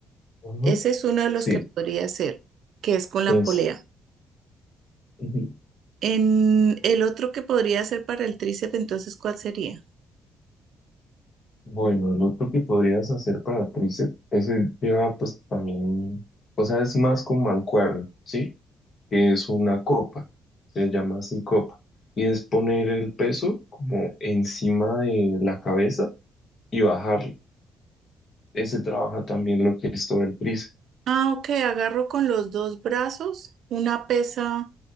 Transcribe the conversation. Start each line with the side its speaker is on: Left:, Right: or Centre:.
Left: Ujú.
Right: Ese es uno de los
Left: sí,
Right: que podría hacer, que es con la
Left: es.
Right: polea.
Left: ujú.
Right: En el otro que podría ser para el tríceps, entonces, ¿cuál sería?
Left: Bueno, el otro que podrías hacer para tríceps, ese lleva pues también, o sea, es más con mancuerna, ¿sí? que es una copa, se llama así copa, y es poner el peso como encima de la cabeza y bajarlo. Ese trabaja también lo que es todo el tríceps.
Right: Ah, ok, agarro con los dos brazos una pesa,